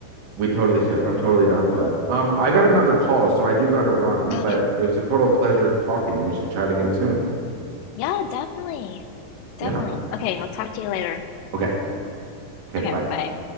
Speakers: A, on the right; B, on the left.
A: We totally should. I'm totally down for that. Um, I got another call, so I do got to run,
B: <laughs>
A: but
B: Okay.
A: it was a total pleasure talking. We should chat again soon.
B: Yeah, definitely. Definitely.
A: Yeah.
B: Okay, I'll talk to you later.
A: Okay. Okay.
B: Okay,
A: Bye.
B: bye.